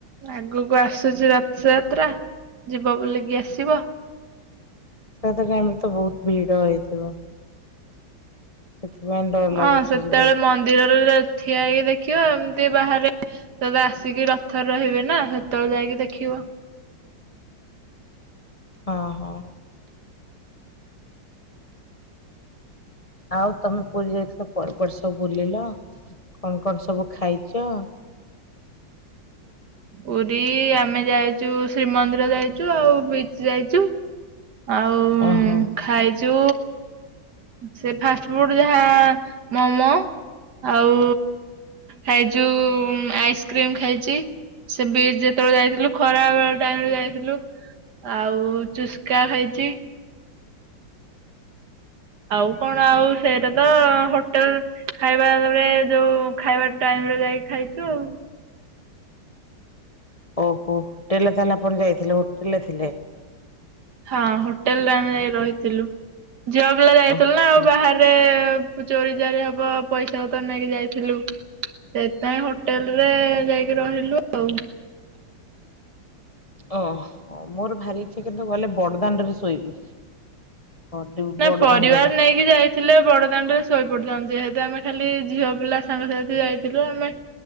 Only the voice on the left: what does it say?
ରଥ ଟାଇମ ରେ ତ ବହୁତ ଭିଡ଼ ହେଇଥିବ। ସେଥିପାଇଁ ଡର ଲାଗୁଛି
ଯିବା ପାଇଁ
ହଁ ହଁ। ଆଉ ତମେ ପୁରୀ ଯାଇଥିଲ କୁଆଡେ କୁଆଡେ ସବୁ ବୁଲିଲ। କଣ କଣ ସବୁ ଖାଇଛ?
ଓହୋ
ଓହୋ ହୋଟେଲରେ ତାହେଲେ ଆପଣ ଯାଇଥିଲେ ହୋଟେଲ ରେ ଥିଲେ।
ଓହୋ
ଓ ମୋର ଭାରି ଇଚ୍ଛା କିନ୍ତୁ ଗଲେ ବଡ଼ଦାଣ୍ଡ ରେ ଶୋଇବି। ଗଡିବୁ
ବଡଦାଣ୍ଡରେ